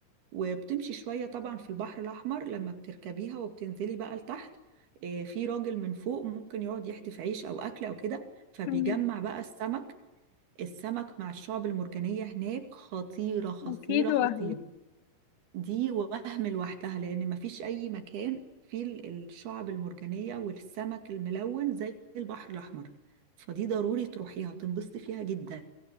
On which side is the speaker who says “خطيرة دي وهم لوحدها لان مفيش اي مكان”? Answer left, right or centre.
Right